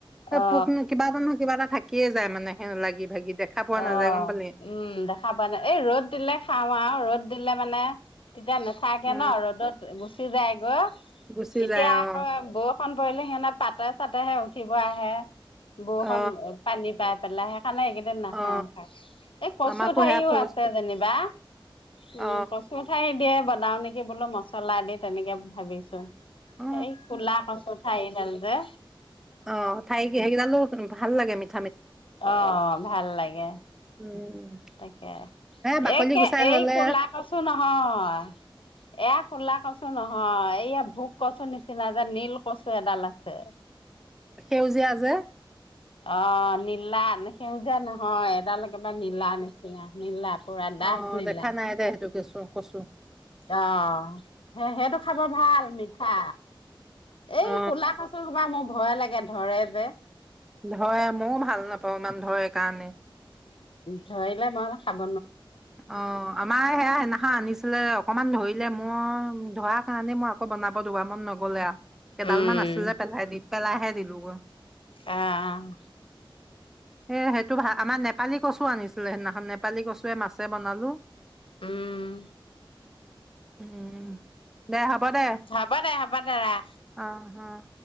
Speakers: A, in the centre; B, on the left (about 75°).
A: এ
B: অ
A: পোক কিবাটা নহয় কিবা এটা। থাকিয়ে যায় মানে সেই লাগি ভাগি। দেখা পোৱা
B: অহ
A: নাযায় গম পালি
B: উম দা। খাবা নে এই ৰ'দ দিলে খাওঁ আও ৰ'দ দিলে মানে তেতিয়া নাথাকে
A: অ
B: ন ৰ'দত গু। চি যায় গ
A: গুচি
B: এতিয়া
A: যায়
B: আকৌ
A: অ
B: বৰষণ। পৰিলে সিহঁতে পাতে চাতেহে উঠিব আহে। বৰষুণ
A: অ
B: পানী পাই পেলাই সেইকাৰণে এইকেইদিন খাওঁ
A: অ
B: খা এই কচু
A: আমাকো
B: ঠাৰিও
A: সেয়া ফৌজ
B: আছে যেনিবা। উম
A: অ
B: কচু ঠাৰি দিয়ে বনাও নেকি বোলো মছলা দি তেনেকে ভাবিছোঁ।
A: অ
B: এই কলা কচু ঠাৰি ডাল যে।
A: অহ ঠাৰি কি সেইকেইডালো ভাল লাগে ম।
B: অহ ভাল লাগে।
A: উম
B: তাকে
A: বাকলি
B: এ কে
A: গুচাই
B: এই
A: ললে
B: কলা কচু নহয় এয়া। কুলা কছু নহয়, এইয়া ভোক কচুৰ নিচিনা যে নীল কচু এডাল আছে।
A: সেউজীয়া যে
B: অ' নীলা, সেউজীয়া নহয়। এডাল একেবাৰ নীলা নিচিনা নীলা পুৰা ডাঠ
A: অ
B: নীলা।
A: দেখা নাই দে সেইটো কেঁচু কচু
B: অহ সেই সেইটো খাব ভাল মিঠা। এই
A: অ
B: কুলা কচু হোপা মোৰ ভয় লাগে ধড়ে যে।
A: ধৰে মও ভাল নাপাওঁ। ইমান ধৰে কাৰণে
B: ধড়িলে মই অলপ খাম।
A: অহ আমাৰ সেয়া সেইনাখন আনিছিলে। অকমান ধৰিলে মই ধৰা কাৰণে মই আকৌ বনাব দুবাৰ মন নগলে আৰু
B: উম,
A: এইডাল মান আছিলে পেলাই দি পেলাইহে দিলোঁ গৈ।
B: অ' অ'
A: এ সেইটো ভাল আমাৰ নেপালী কচু আনিছিলে সেইদিনাখন নেপালী কচুৱে মাছে বনালো।
B: উম।
A: উম দে হ'ব দে,
B: হ'ব দে, হ'ব দে ৰাখ।
A: অ' অ'।